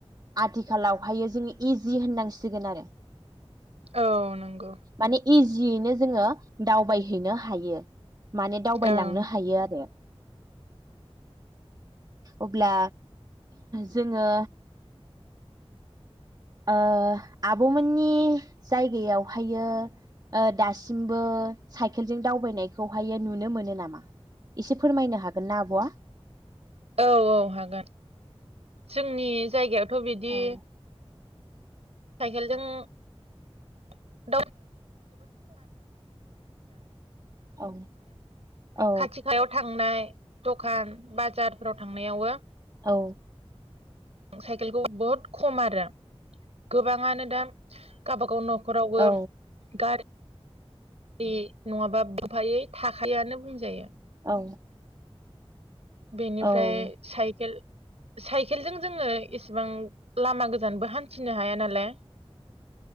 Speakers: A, on the right (about 40°); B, on the right (about 85°).
A: आथिखालावहायो जोङो इजि होननांसिगोन आरो।
B: औ नंगौ।
A: माने इजियैनो जोङो दावबायहैनो हायो। माने दावबायलांनो
B: ओं
A: हायो आरो। अब्ला जोङो ओ आब'मोननि जायगायावहायो ओ दासिमबो साइकेलजों दावबायनायखौहाय नुनो मोनो नामा एसे फोरमायनो हागोन ना आब'आ?
B: औ औ हागोन जोंनि जायगायाव थ बिदि
A: औ
B: साइकेलजों <unintelligible>
A: औ औ
B: खाथिखायाव थांनाय दखान बाजारफोराव थांनायावबो
A: औ।
B: साइ साइकेलखौ बहुत खम आरो। गोबाङानो दा गावबा गाव न'खरावबो
A: औ
B: गारि बे नङाबा गंफायै थाखायानो बुंजायो।
A: औ
B: बेनिफ्राय
A: औ
B: साइकेल साइकेलजों जोङो एसेबां लामा गोजानबो हान्थिनो हाया नालाय